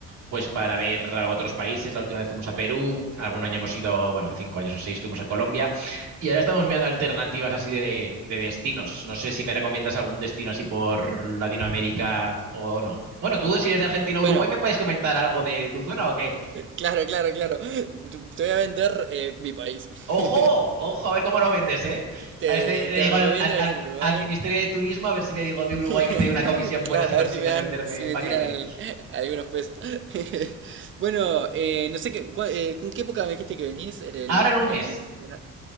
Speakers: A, on the right (about 80°); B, on the right (about 40°).
A: pues para ver a otros países. La última vez fuimos a Perú, algún año hemos ido, bueno, hace cinco años o seis fuimos a Colombia y ahora estamos mirando alternativas así de, de destinos. No sé si me recomiendas algún destino así por Latinoamérica o no. Bueno, tú si eres de Argentina
B: Bueno,
A: o Uruguay, ¿me puedes comentar algo de, tu zona o qué?
B: claro, claro, claro. Te te voy a vender eh, mi país.
A: ¡Ojo!
B: <laughs>
A: ¡Ojo! A ver cómo lo vendes, ¿eh?
B: Te,
A: A este le
B: te
A: digo
B: recomiendo
A: al, al-
B: venir,
A: al-
B: a Uruguay.
A: al Ministerio de Turismo, a ver si le digo de
B: <laughs>
A: Uruguay que te dé una comisión
B: Claro,
A: buena si consigues
B: a ver si me dan,
A: venderme
B: si
A: el
B: me
A: paquete.
B: tiran al- algunos pesos. <laughs> Bueno, eh, no sé qué, cua- eh, ¿en qué época me dijiste que venís? En el,
A: Ahora en un
B: en
A: mes.
B: el verano.